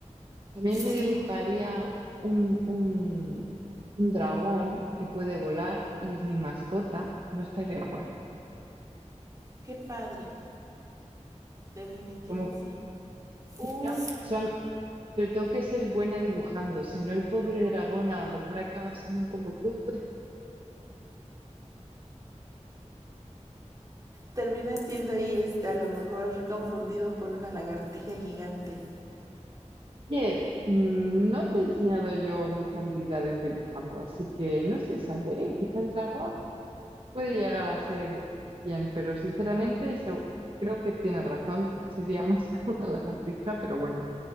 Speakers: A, on the right; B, on the right.
A: También
B: Sí,
A: me dibujaría un, un, un dragón que puede volar y es mi mascota. Eso estaría guay.
B: qué padre. Definitivo
A: Como,
B: sí. Uy,
A: ¿no? Solo- pero tengo que ser buena dibujando, si no el pobre dragón a lo mejor acaba siendo un poco cutre.
B: termina siendo ahí este, a lo mejor confundido por una lagartija gigante.
A: Oye, mm, no te he enseñado yo mis habilidades dibujando, así que no se sabe, ¿eh? Quizá el dragón. Puede llegar a ser bien, pero sinceramente eso creo que tiene razón. Sería <laughs> más que una lagartija, pero bueno,